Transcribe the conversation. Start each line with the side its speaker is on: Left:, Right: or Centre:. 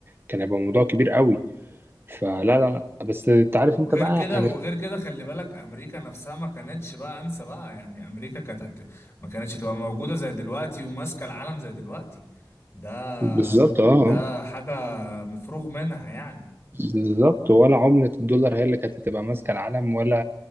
Right: كان هيبقى موضوع كبير قوي فلا لا لا بس أنت عارف
Left: وغير
Right: أنت بقى
Left: كده
Right: أنا
Left: وغير كده خلي بالك امريكا نفسها ما كانتش بقى انسى بقى يعني امريكا كانت هت- ما كانتش هتبقى موجوده زي دلوقتي وماسكه العالم زي دلوقتي ده
Right: بالظبط أه
Left: ده
Right: آه.
Left: حاجه مفروغ منها يعني
Right: بالظبط ولا عملة الدولار هي اللي كانت هتبقى ماسكة العالم ولا